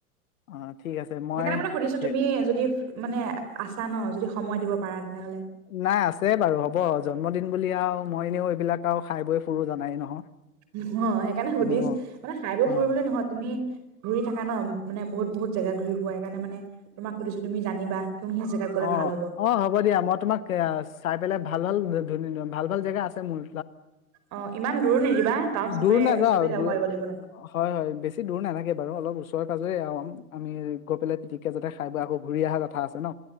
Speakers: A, on the left; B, on the right.
A: অ ঠিক আছে মই
B: সেইকাৰণে মানে সুধিছো
A: হে-
B: তুমি যদি মানে আছা ন যদি। সময় দিব পাৰা তেনেহ'লে
A: নাই, আছে বাৰু হ'ব জন্মদিন। বুলি আও মই এনেও এইবিলাক আও খাই বৈ ফুৰো জানাই নহয়।
B: অ, সেইকাৰণে সুধিছ
A: অ',
B: মানে খাই বৈ
A: অ',
B: ফুৰিবলৈ নহয় তুমি ঘূৰি থাকা ন। মানে বহুত বহুত জেগাত ঘূৰি ফুৰা সেই কাৰণে মানে, তোমাক সুধিছো তুমি জানিবা। কোনখিনি জেগাত গ'লে
A: অ
B: ভাল হ'ব
A: অ হ'ব দিয়া, মই তোমাক চাই পেলাই। ভাল ভাল ধন ভাল ভাল জেগা আছে মোৰ।
B: অ ইমান দূৰো নিদিবা কাৰণ চবে
A: দূৰ নাযাওঁ
B: চবেই যাব
A: দূ
B: পাৰিব লাগিব ন
A: হয় হয় বেছি দূৰ নাথাকে <unintelligible> বাৰু অলপ ওচৰে পাজৰে আও আমি গৈ পেলাই পিটিককে যাতে খাই বৈ আকৌ ঘুৰি অহা কথা আছে ন।